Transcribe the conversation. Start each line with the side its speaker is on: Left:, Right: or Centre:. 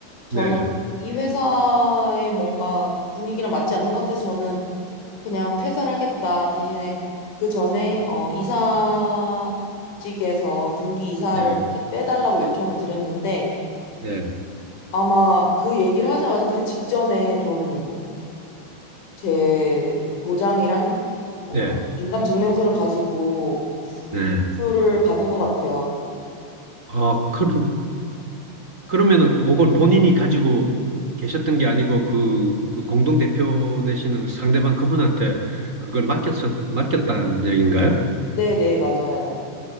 Left: 저는
Right: 네,
Left: 이 회사의 뭔가 분위기랑 맞지 않는 것 같아서 저는 그냥 퇴사를 하겠다. 대신에 그 전에 어 이사직에서 등기 이사를
Right: 네,
Left: 이제 빼달라고 요청을 드렸는데
Right: 네,
Left: 아마 그 얘기를 하자마자 그 직전에 좀 제 도장이랑 뭔가
Right: 네,
Left: 인감증명서를 가지고
Right: 네.
Left: 수를 받은 것 같아요.
Right: 아, 그, 그러면은 그걸 본인이 가지고 계셨던 게 아니고 그, 그 공동대표 되시는 그 상대방 그분한테 그걸 맡겼었, 맡겼다는 얘기인가요?
Left: 네네, 맞아요.